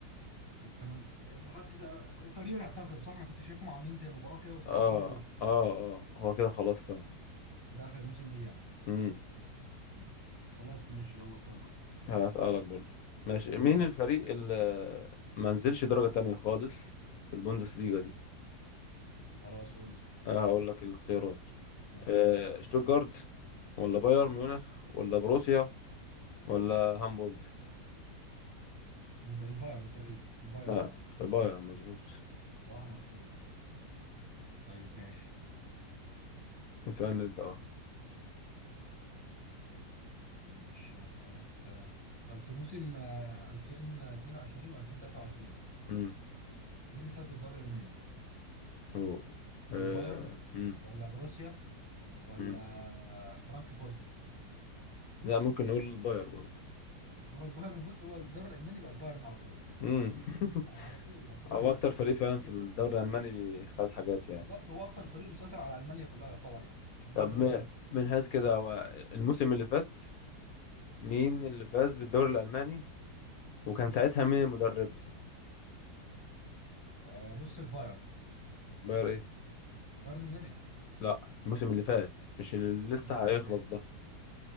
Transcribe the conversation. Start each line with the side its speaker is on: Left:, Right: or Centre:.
Right: وفعلا وحتى تق- هو تقريبا اعتزل صح انا كنت شايفهم عاملين زي مباراه كده وسقفوا
Left: اه
Right: له
Left: اه اه هو كده خلاص فعلا
Right: ده اخر موسم ليه يعني
Left: مم.
Right: مم. خلاص ماشي يلا سأل بقى
Left: هسألك برضه ماشي
Right: ماشي
Left: مين الفريق اللي ما نزلش درجة تانية خالص في البوندسليغا دي
Right: خلاص قول لي
Left: أه هقول لك الاختيارات
Right: ماشي
Left: أه شتوتجارت ولا بايرن ميونخ ولا بروسيا ولا هامبورغ
Right: الب- البايرن تقريبا البايرن
Left: لا
Right: اه
Left: البايرن مظبوط
Right: صح مظبوط أيوه. طيب ماشي
Left: اسألني انت اه
Right: مش هسألك آه، طب في موسم آه، 2022 و2023
Left: امم
Right: مين اللي فاز بالدوري الألماني؟
Left: أوه. أه
Right: البايرن
Left: امم
Right: ولا بروسيا ولا
Left: امم
Right: فرانكفورت؟
Left: لا ممكن نقول البايرن برضه
Right: هو البايرن بص هو الدوري الألماني بقى البايرن على طول
Left: امم <laughs>
Right: يعني على طول يعني هو
Left: هو اكتر فريق فعلا في
Right: إيه،
Left: الدوري الالماني خد حاجات يعني
Right: بالظبط هو أكتر فريق مسيطر على ألمانيا كلها يعتبر يعني مش الدوري
Left: طب م-
Right: الألماني بس
Left: من حيث كده هو الموسم اللي فات مين اللي فاز بالدوري الألماني وكان ساعتها مين المدرب
Right: آه، بص البايرن
Left: باير ايه
Right: بايرن ميونخ
Left: لا الموسم اللي فات مش اللي
Right: ممكن
Left: لسه
Right: اللي
Left: هيخلص
Right: فات
Left: ده